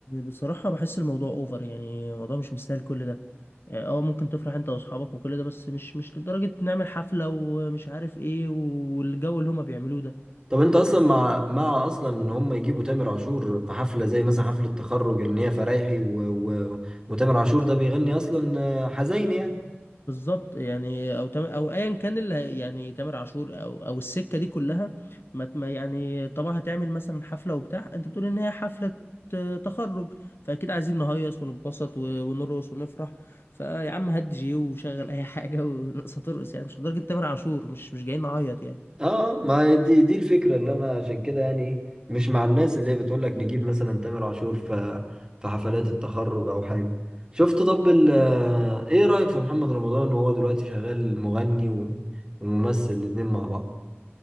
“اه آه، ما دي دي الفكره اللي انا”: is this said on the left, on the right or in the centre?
Right